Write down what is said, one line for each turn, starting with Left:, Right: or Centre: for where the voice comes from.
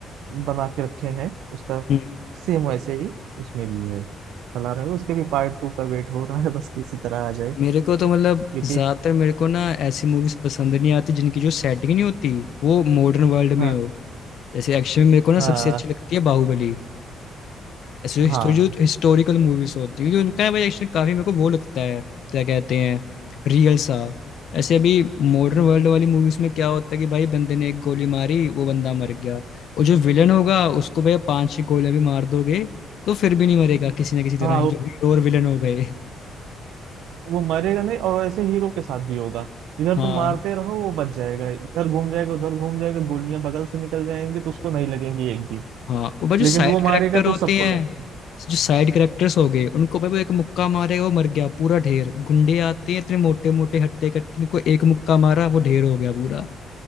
Right: बना के रखे हैं उसका
Left: हम्म
Right: सेम वैसे ही उसमें भी है चला रहे हो उसके भी पार्ट टू का वेट हो रहा है बस इसी तरह आ जाए
Left: मेरे को तो मतलब
Right: क्योंकि
Left: ज्यादातर मेरे को ना ऐसी मूवीज पसंद नहीं आती जिनकी जो सेटिंग नहीं होती वो मॉडर्न वर्ल्ड
Right: हाँ
Left: में हो जैसे एक्शन में मेरे को ना
Right: हाँ
Left: सबसे अच्छी लगती है बाहुबली ऐसे जो हिस्टोरी
Right: हाँ
Left: जो हिस्टोरिकल मूवीज होती है क्योंकि उनका ना भाई एक्शन काफी मेरे को वो लगता है क्या कहते हैं रियल सा ऐसे अभी मॉडर्न वर्ल्ड वाली मूवीज में क्या होता है कि भाई बंदे ने एक गोली मारी वो बंदा मर गया और जो विलन होगा उसको भाई पांच छह गोलियां भी मार दोगे तो फिर भी नहीं मरेगा किसी ना किसी तरह
Right: हाँ
Left: ही
Right: वो,
Left: जो हीरो और विलन हो गए <laughs>
Right: वो मरेगा नहीं और ऐसे हीरो के साथ भी होगा इधर
Left: हाँ
Right: तुम मारते रहो वो बच जाएगा इधर घूम जाएगा उधर घूम जाएगा गोलियां बगल से निकल जाएंगी तो उसको नहीं लगेंगी एक भी
Left: हाँ और भाई जो
Right: लेकिन
Left: साइड
Right: वो मारेगा
Left: करेक्टर
Right: तो
Left: होते
Right: सबको
Left: हैं
Right: लगेगी
Left: जो साइड करेक्टर्स हो गए उनको भाई वो एक मुक्का मारेगा वो मर गया पूरा ढेर गुंडे आते हैं इतने मोटे मोटे हट्टे कट्टे इनको एक मुक्का मारा वो ढेर हो गया पूरा